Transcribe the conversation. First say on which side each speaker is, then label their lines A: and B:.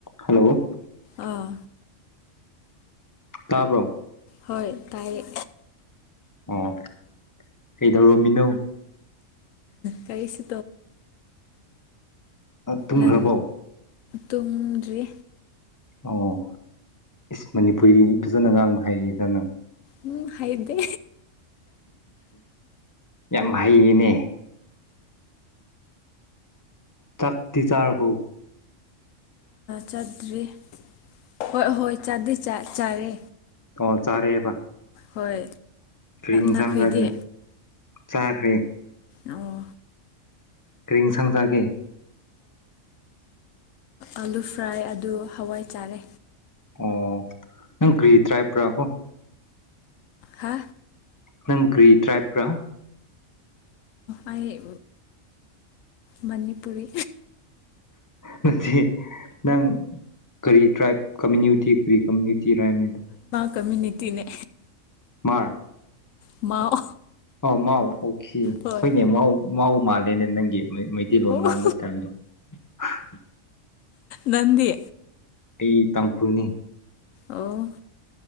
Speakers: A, on the left; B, on the left.
A: ꯍꯜꯂꯣ
B: ꯑꯥ
A: ꯇꯥꯄ꯭ꯔꯣ
B: ꯍꯣꯏ ꯇꯥꯏ
A: ꯑꯣ ꯀꯗꯧꯔꯝꯃꯤꯅꫭ
B: ꯀꯩꯁꯤ
A: ꯇꯨꯝꯈ꯭ꯔꯕꯣ
B: ꯅꯟ ꯇꯣꯡꯗ꯭ꯔꯤ
A: ꯑꯣ ꯏꯁ ꯃꯅꯤꯄꯨꯔꯤ ꯐꯖꯅ ꯉꯥꯡꯕ ꯍꯥꯏꯔꯤꯗ ꯅꯪ
B: ꯎꯝ ꯍꯥꯏꯗꯦ
A: ꯌꯥꯝ ꯍꯩꯌꯦꯅꯦ ꯆꯥꯛꯇꯤ ꯆꯥꯔꯕꯧ
B: ꯆꯠꯇ꯭ꯔꯤ ꯍꯣꯏ ꯍꯣꯏ ꯆꯥꯗꯤ ꯆꯥꯏ ꯆꯔꯦ
A: ꯀꯣ ꯆꯥꯔꯑꯦꯕ
B: ꯍꯣꯏ
A: ꯀꯔꯤ ꯏꯟꯁꯥꯡ
B: ꯅꯈꯣꯏꯗꯤ
A: ꯆꯒꯦ ꯆꯈꯔꯦ
B: ꯑꯣ
A: ꯀꯔꯤꯡꯁꯪꯖꯒꯦ
B: ꯑꯂꯨ ꯐ꯭ꯔꯥꯏ ꯑꯗꯨ ꯍꯋꯥꯏ ꯆꯥꯔꯦ
A: ꯑꯣ ꯅꯪ ꯀꯒ꯭ꯔꯤ ꯇ꯭ꯔꯥꯏꯕ꯭ꯔꯥꯀꯣ
B: ꯍꯥ
A: ꯅꯪ ꯒ꯭ꯔꯤ ꯇ꯭ꯔꯥꯏꯕꯔꯥ
B: ꯑꯩ ꯃꯅꯤꯄꯨꯔꯤ
A: ꯅꯠꯇꯥꯌꯦ ꯅꯪ ꯀꯔꯤ ꯇ꯭ꯔꯥꯏꯞ ꯀꯃꯨꯇꯤ ꯐ꯭ꯔꯤ ꯀꯃꯨꯇꯤ ꯔꯅꯤꯗ
B: ꯀꯝꯃꯨꯅꯤꯇꯤꯅꯦ
A: ꯃꯥꯔ
B: ꯃꯥꯎ
A: ꯑꯥꯎ ꯃꯥꯎ
B: ꯍꯣꯏ
A: ꯍꫭꯏ ꯃꯥꯎ ꯑꯩꯅ ꯅꯪꯒꯤ ꯃꯩꯇꯩ ꯂꯣꯝ
B: ꯑꯣ
A: ꯉꯥꯡꯕ <unintelligible>
B: ꯅꯪꯗꯤ
A: ꯑꯩ ꯇꯥꯡꯈꯨꯜꯅꯤ
B: ꯑꯣ